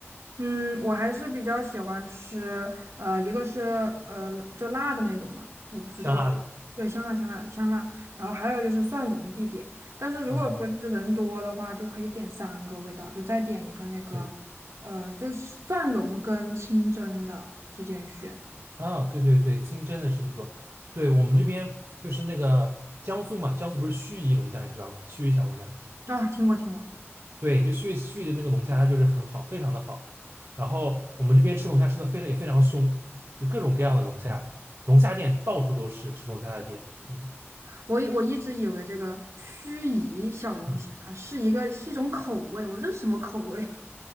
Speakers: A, on the right; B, on the right.
A: 嗯，我还是比较喜欢吃，呃，一个是呃就辣的那种嘛，我不知道，
B: 香辣的。
A: 对，香辣香辣香辣，然后还有就是蒜蓉必点，但是如果说就是人多的话，
B: 嗯嗯，
A: 就可以点三个味道，就再点一个那个，
B: 对
A: 呃，就是蒜蓉跟清蒸的之间选
B: 啊，对对对，清蒸的是不错。对我们这边就是那个江苏嘛，江苏不是盱眙龙虾，你知道吗？盱眙小龙虾，
A: 啊，听过听过，
B: 对，就盱盱眙的那个龙虾，它就是很好，非常的好。然后我们这边吃龙虾吃的非常也非常凶，就各种各样的龙虾，龙虾店到处都是吃龙虾的店。嗯
A: 我以我一直以为这个盱眙小龙虾是一个是一种口味，
B: 嗯。
A: 我这是什么口味？<laughs>